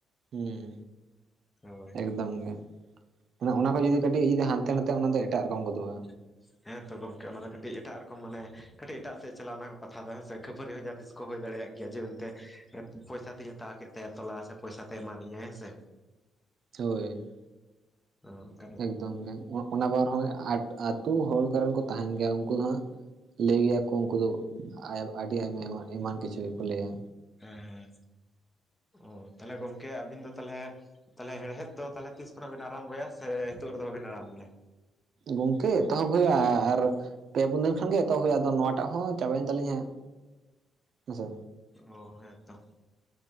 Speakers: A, on the right; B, on the left.
A: ᱦᱩᱸ᱾
B: ᱦᱳᱭ ᱦᱳᱭ
A: ᱮᱠᱫᱚᱢ ᱜᱮ᱾ ᱢᱟᱱᱮ ᱚᱱᱟ ᱠᱚ ᱡᱩᱫᱤ ᱠᱟᱹᱴᱤᱡ ᱡᱩᱫᱤ ᱦᱟᱱ ᱛᱮ ᱱᱟᱛᱮᱜ-ᱟ, ᱚᱱᱟ ᱫᱚ ᱮᱴᱟᱜ ᱨᱚᱠᱚᱢ ᱜᱚᱫᱩᱜᱼᱟ᱾
B: <inaudible> ᱦᱮᱸ ᱛᱚ ᱜᱚᱢᱠᱮ ᱚᱱᱟ ᱫᱚ ᱠᱟᱹᱴᱤᱡ ᱮᱴᱟᱜ ᱨᱚᱠᱚᱢ ᱢᱟᱱᱮ ᱠᱟᱹᱴᱤᱡ ᱮᱴᱟᱜ ᱥᱮᱫ ᱪᱟᱞᱟ-ᱟ ᱚᱱᱟ ᱠᱚᱛᱷᱟ ᱫᱚ ᱦᱮᱸ ᱥᱮ᱾ ᱠᱷᱟᱹᱯᱟᱹᱨᱤ ᱦᱚᱸ ᱡᱟᱦᱟᱸ ᱛᱤᱥ ᱠᱚ ᱦᱩᱭ ᱫᱟᱲᱮᱭᱟᱜ ᱜᱮᱭᱟ ᱡᱮ ᱢᱮᱱᱛᱮ ᱯᱚᱭᱥᱟ ᱛᱧ ᱦᱟᱛᱟᱣ ᱠᱮᱫ ᱛᱟᱭᱟ ᱛᱚᱞᱟ ᱥᱮ ᱯᱚᱭᱥᱟᱛᱮᱭ ᱮᱢᱟᱫᱤᱧᱟᱭ ᱦᱮᱸ ᱥᱮ᱾
A: ᱦᱳᱭ᱾
B: ᱚ
A: ᱮᱠᱫᱚᱢ ᱜᱮ ᱚᱱᱟ ᱵᱟᱨ ᱦᱚᱸ ᱟ-ᱟᱛᱳ ᱦᱚᱲ ᱠᱚᱨᱮᱱ ᱠᱚ ᱛᱟᱦᱮᱱ ᱜᱮᱭᱟ ᱩᱝᱠᱩ ᱫᱚ ᱦᱟᱸᱜ ᱞᱟᱹᱭ ᱜᱮᱭᱟᱠᱚ ᱩᱱᱠᱩ ᱫᱚ ᱟᱹᱰᱤ ᱟᱭᱢᱟ ᱮᱢᱟᱱ ᱠᱤᱪᱷᱩ ᱜᱮᱠᱚ ᱞᱟᱹᱭᱟ᱾
B: ᱦᱮᱸ ᱦᱮᱸ ᱚ ᱛᱟᱦᱚᱞᱮ ᱜᱚᱝᱠᱮ ᱟᱵᱤᱱ ᱫᱚ ᱛᱟᱞᱦᱮ ᱛᱟᱦᱚᱞᱮ ᱦᱮᱲᱦᱮᱫ ᱫᱚ ᱛᱟᱦᱮ ᱛᱤᱥ ᱠᱷᱚᱱᱟᱜ ᱵᱤᱱ ᱟᱨᱟᱢᱵᱚᱭᱟ ᱥᱮ ᱱᱤᱛᱚᱜᱜ ᱨᱮᱫᱚ ᱵᱟᱵᱤᱱ ᱟᱨᱟᱢᱵᱚᱭᱟ?
A: ᱜᱚᱝᱠᱮ ᱮᱛᱚᱦᱚᱵ ᱦᱳᱭᱳᱜᱼᱟ ᱟ-ᱟᱨ ᱯᱮ ᱯᱩᱱ ᱫᱤᱱ ᱠᱷᱚᱱᱜ ᱜᱮ ᱮᱛᱚᱦᱚᱵ ᱦᱩᱭᱩᱜᱼᱟ ᱟᱫᱚ ᱱᱚᱣᱟᱴᱟᱜ ᱦᱚᱸ ᱪᱟᱵᱟᱭᱮᱱ ᱛᱟᱞᱤᱧᱟ ᱦᱟᱸᱜ ᱦᱮᱸᱥᱮ᱾
B: ᱚ ᱦᱮᱸᱛᱚ